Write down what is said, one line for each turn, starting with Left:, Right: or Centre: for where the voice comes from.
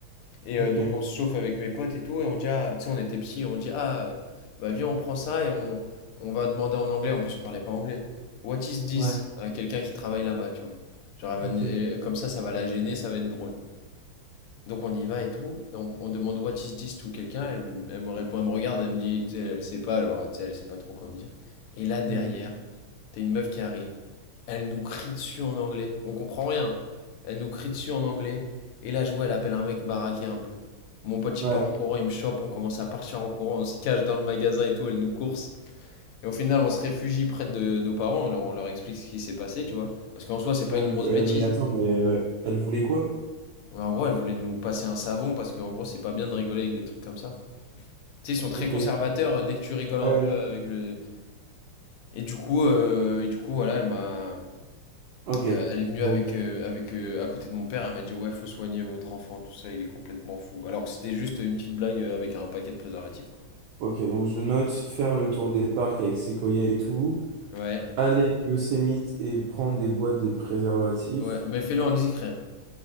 Left: Et euh,
Right: Ok,
Left: donc on se chauffe avec mes potes et tout, et on dit, ah, tu sais, on était petits, on dit, ah, euh, bah viens, on prend ça et on, on va demander en anglais. En plus, on parlait pas anglais. What is this?
Right: ouais,
Left: à quelqu'un qui travaille là-bas, tu vois. Genre, elle va
Right: ok.
Left: nous- elle- comme ça, ça va la gêner, ça va être drôle. Donc on y va et tout, et on, on demande what is this to quelqu'un, elle, elle me répond, elle me regarde, elle me dit, tu sais, elle sait pas, genre, tu sais, elle sait pas trop quoi me dire. Et là derrière,
Right: Hmm.
Left: t'as une meuf qui arrive, elle nous crie dessus en anglais, on comprend rien, elle nous crie dessus en anglais, et là je vois, elle appelle un mec baraqué un peu. Mon pote il
Right: Ouais,
Left: part en courant, il me chope, on commence à partir en courant, on se cache dans le magasin et tout, elle nous course. Et au final, on se réfugie près de nos parents, on leur on leur explique ce qui s'est passé, tu vois. Parce qu'en soi, c'est
Right: mais,
Left: pas
Right: elle,
Left: une grosse
Right: vou- euh,
Left: bêtise.
Right: mais attends, mais euh, ouais. Elle voulait quoi?
Left: Ouais, En gros, elle voulait nous passer un savon parce qu'en gros, c'est pas bien de rigoler avec des trucs comme ça. Tu sais, ils sont très
Right: Ok.
Left: conservateurs euh, dès que tu rigoles un
Right: Euh,
Left: peu avec le. Et du coup, euh, et du coup, voilà, elle m'a,
Right: ok,
Left: euh, elle est venue
Right: donc,
Left: avec, euh, avec, euh, à côté de mon père. Elle m'a dit, ouais, faut soigner votre enfant, tout ça, il est complètement fou. Alors que c'était juste une petite blague euh, avec un paquet de préservatifs, quoi.
Right: ok, donc je note faire le tour des parcs avec Sequoia et tout,
Left: Ouais,
Right: aller au Yosemite et prendre des boîtes de préservatifs
Left: ouais, mais fais-le en discret. hein.